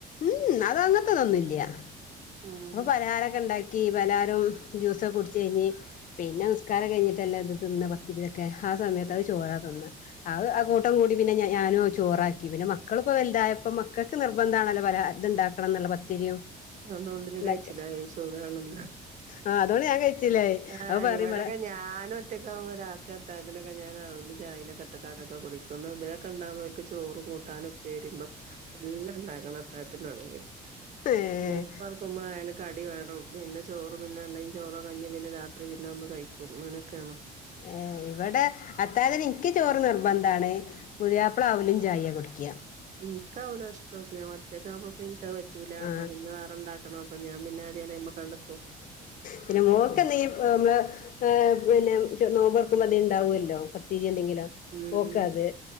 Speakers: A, on the left; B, on the right.
A: ഉം അത അങ്ങനത്തന്നൊന്നുംല്യാഅപ്പൊ
B: ഉം
A: പലഹാരൊക്കെ ഉണ്ടാക്കി പലരും ജ്യൂസൊക്കെ കുടച്ച് കഴിഞ്ഞ് പിന്നെ നിസ്കാരം കഴിഞ്ഞിട്ടല്ല ഇത് തിന്ന പത്തിരി ഇതൊക്കെ ആ സമയത്ത് <unintelligible> ചോറ തിന്ന അഹ് ആ കൂട്ടം കൂടി പിന്നെ ഞാനോ ചോറാക്കി പിന്നെ മക്കളിപ്പോ വലുതായപ്പോ മക്കൾക്ക് നിർബന്ധാണല്ലോ പല ഇത്ണ്ടാക്കണം എന്നുള്ള പത്തിരിയും
B: അതുകൊണ്ട് ജ്
A: ഇതൊക്കെ
B: കഴിച്ചില്ല സുഖാണല്ല
A: ആഹ് അതോണ്ട് ഞാൻ കഴിച്ചില്ലായി
B: ആ്
A: അത് പറയും
B: ഇവിടൊക്കെ
A: ഇവിടെ
B: ഞാൻ ഒറ്റക്കുമ്പോ രാത്രിയത്തഴാതിനൊക്കെ ഞാൻ രാവിലെ ചായലെ കെട്ടക്കാട്ടൊക്കെ കുടിക്കുന്നു ഇബാറുകന്താ ഇവരുക് ചോറും കൂട്ടാനും ഉപ്പേരിം പ ല്ല ഇണ്ടാകാണം അത്താത്തിനണെങ്കിൽ
A: ഏഹ്
B: നൂമ്പ് തുറക്കുമ്പോ അ കടി വേണം പിന്നെ ചോറ് പിന്നെ അല്ലെങ്കിൽ ചോറോ കഴഞ് പിന്നെ രാത്രി പിന്നെ ഒന്ന് കഴിക്കും അങ്ങനൊക്കെയാണ്
A: ഏ ഇവിടെ അത്തായത്ന് ഇക്ക് ചോറ് നിർബന്ധണ് പുതിയാപ്പ്ള അവലും ചായ കുടിക്ക
B: എനിക്കാവലോ ഇഷ്ട ഞാൻ ഒറ്റക്ക ആകുമ്പ എനിക്കാ പറ്റൂല
A: ആഹ്
B: അപ്പൊ പിന്നെ വേറെണ്ടാക്കണം പ്പ ഞാൻ പിന്നെ <unintelligible>
A: പിന്നെ മോക്കെന്തെങ്കി
B: ഉം.
A: മള് പിന്നെ നോമ്പർക്ക്പ എ ഇണ്ടാവുല്ലോ പത്തിരി എന്തെങ്കില
B: ഉം.
A: ഓക്കത്